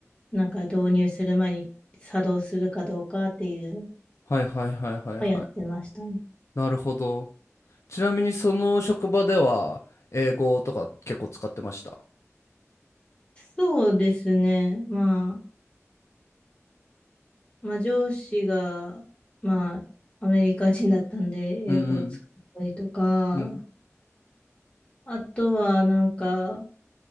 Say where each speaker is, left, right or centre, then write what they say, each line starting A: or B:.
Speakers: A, on the left (about 20°); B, on the left (about 65°).
A: なんか導入する前に作動するかどうかっていうの
B: はいはいはいはいはい。
A: をやってましたね。
B: なるほど。ちなみにその職場では、英語とか結構使ってました。
A: そうですね。まあまあ、上司が、まあ、アメリカ人だったんで、英語を使ったりとか、
B: うんうん。うん
A: あとは、なんか、